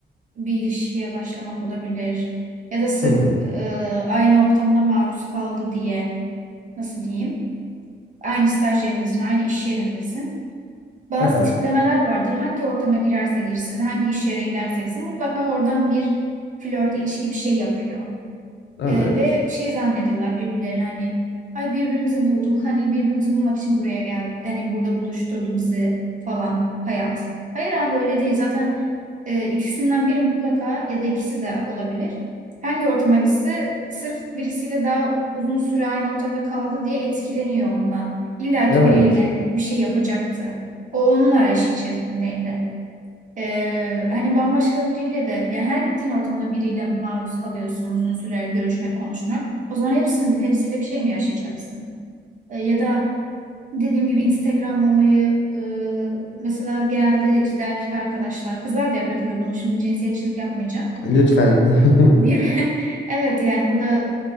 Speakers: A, on the right (about 40°); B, on the left (about 70°).
A: bir ilişkiye başlamak olabilir. Ya da sırf
B: hı hı,
A: e, aynı ortamda maruz kaldı diye nasıl diyeyim? Aynı staj yerindesin, aynı iş yerindesin. Bazı
B: <laughs> hı hı.
A: tiplemeler vardır. Hangi ortama girerse girsin, hangi iş yerine giderse gitsin mutlaka oradan bir flört, ilişki bir şey yapıyor.
B: Evet.
A: Ee, ve şey zannediyorlar birbirlerine hani ay birbirimizi bulduk. Hani birbirimizi bulmak için buraya geldi. Hani burada buluşturdu bizi falan hayat. Hayır abi öyle değil. Zaten e, ikisinden biri mutlaka ya da ikisi de olabilir. Hangi ortama gitse sırf birisiyle daha uzun süre aynı ortamda kaldı diye etkileniyor ondan. İlla
B: Evet.
A: ki biriyle bir şey yapacaktı. O onun arayışı içerisindeydi. Ee, hani bambaşka biriyle de yani her gittiğin ortamda biriyle maruz kalıyorsun uzun süre görüşmek, konuşmak. O zaman hepsinin hepsiyle bir şey mi yaşayacaksın? Ee, ya da dediğim gibi Instagram olayı e, mesela genelde işte erkek arkadaşlar kızlar da yapıyor tabii bunu şimdi cinsiyetçilik yapmayacağım.
B: Lütfen. <laughs>
A: Bir <laughs> evet yani burada